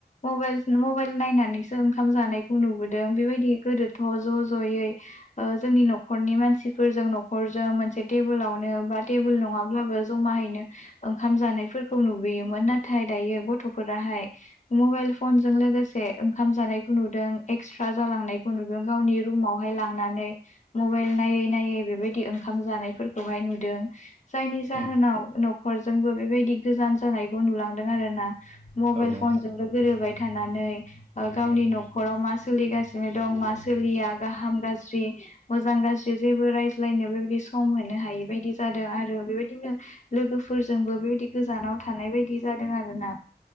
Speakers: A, on the left (about 45°); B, on the right (about 40°).
A: मबाइल मबाइल नायनानैसो ओंखाम जानायखौ नुबोदों बेबायदि गोदोथ' ज' ज'यै ओ जोंनि न'खरनि मानसिफोरजों न'खरजों मोनसे टेबोलावनो बा टेबोल नङाब्लाबो ज माहैनो ओंखाम जानायफोरखौ नुबोयोमोन नाथाय दायो गथ'फोराहाय मबाइल फनजों लोगोसे ओंखाम जानायखौ नुदों एक्सट्रा जालांनायखौ नुदों गावनि रुमावहाय लांनानै मबाइल नायै नायै बेबायदि ओंखाम जानायफोरखौहाय नुदों जायनि जाहोनाव
B: उम
A: न'खरजोंबो बेबायदि गोजान जानायखौ नुलांदों आरोना मबाइल
B: औ नंगौ
A: फनल' गोरोबाय थानानै गावनि न'खराव मा सोलिगासिनो दं मा सोलिया गाहाम गाज्रि मोजां गाज्रि जेबो रायज्लायनो बेबायदि सम होनो हायि बायदि जादों आरो बेबायदिनो लोगोफोरजोंबो बेबायदि गोजानाव थानाय बायदि जादों आरोना